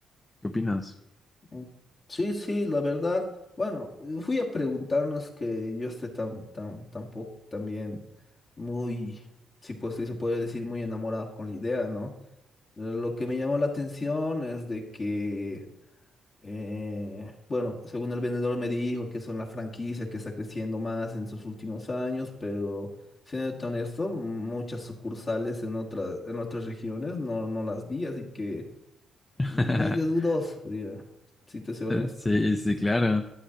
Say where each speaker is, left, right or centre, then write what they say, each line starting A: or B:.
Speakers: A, on the left; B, on the left.
A: ¿Qué opinas?
B: Mm. Sí, sí, la verdad. Bueno, fui a preguntarnos que yo esté tan, tan, tampoco también muy, si pues sí se puede decir, muy enamorado con la idea, ¿no? Eh, Lo que me llamó la atención es de que, eh, bueno, según el vendedor me dijo que son la franquicia que está creciendo más en sus últimos años, pero siendo honesto, muchas sucursales en otras, en otras regiones no, no las vi, así que
A: <laughs>
B: medio dudoso, diría, si te soy honesto.
A: Sí, sí, claro.